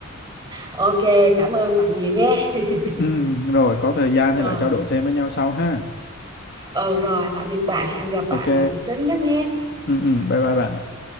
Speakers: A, on the right; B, on the left.
A: ok cảm ơn bạn nhiều nha <laughs>
B: ừ rồi có thời gian
A: rồi
B: thì lại trao đổi thêm với nhau sau ha
A: ừ rồi tạm biệt bạn hẹn gặp
B: ok
A: bạn lại sớm nhất nhé
B: ừ ừ bye bye bạn